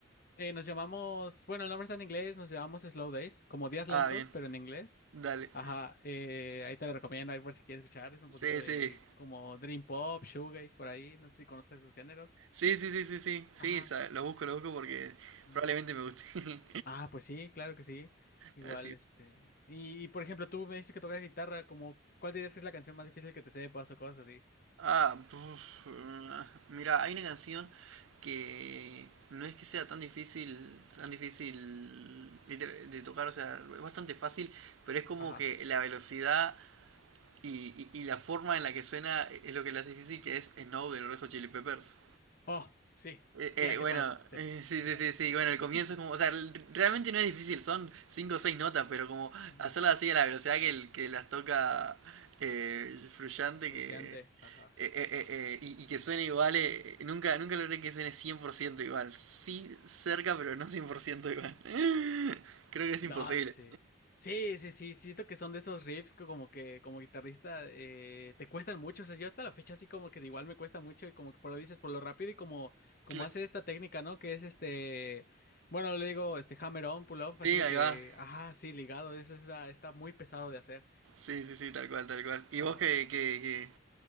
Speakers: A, on the left; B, on the right.
A: Eh, nos llamamos, bueno, el nombre está en inglés, nos llamamos Slow Days, como días
B: Ah,
A: lentos,
B: bien.
A: pero en inglés.
B: Dale.
A: Ajá, eh, ahí te lo recomiendo, ahí por si quieres escuchar, es un
B: Sí,
A: poquito de
B: sí.
A: como Dream Pop, Shoegaze, por ahí, no sé si conozcas esos géneros.
B: Sí, sí, sí, sí, sí. Sí,
A: Ajá.
B: sa- lo busco, lo busco porque
A: Mm.
B: probablemente me guste. <laughs>
A: Ah, pues sí, claro que sí. Igual,
B: Así
A: este.
B: que...
A: Y, y, por ejemplo, tú me dices que tocas guitarra, como, ¿cuál dirías que es la canción más difícil que te sepas o cosas así?
B: Ah, puf, ah, mira, hay una canción que no es que sea tan difícil, tan difícil de, de tocar, o sea, es bastante fácil, pero es como
A: Ajá.
B: que la velocidad y, y- y la forma en la que suena es lo que la hace difícil, que es Snow de los Red Hot Chili Peppers.
A: Oh, sí,
B: Eh,
A: sí, ya
B: eh,
A: sé
B: bueno,
A: cuál, sí.
B: eh, sí,
A: Ajá.
B: sí, sí, sí, bueno, el
A: <laughs>
B: comienzo es como, o sea, l- realmente no es difícil, son cinco o seis notas, pero como
A: Ujú.
B: hacerlas así a la velocidad que, el- que las toca eh, el Frusciante,
A: Frustrante,
B: que, eh,
A: ajá.
B: eh, eh, eh, y, y que suene igual, eh, nunca, nunca logré que suene 100% igual. Sí, cerca, pero no 100% igual. <laughs> Creo que es
A: No,
B: imposible.
A: sí. Sí, sí, sí, siento que son de esos riffs que como que como guitarrista eh, te cuestan mucho, o sea, yo hasta la fecha así como que igual me cuesta mucho y como que por lo dices, por lo rápido y como como
B: Cla-
A: hace esta técnica, ¿no? Que es este, bueno, le digo este hammer on, pull off,
B: Sí,
A: así de
B: ahí
A: que,
B: va.
A: ajá, sí, ligado, eso está, está muy pesado de hacer.
B: Sí, sí, sí, tal cual, tal cual. ¿Y
A: Ajá.
B: vos qué, qué, qué?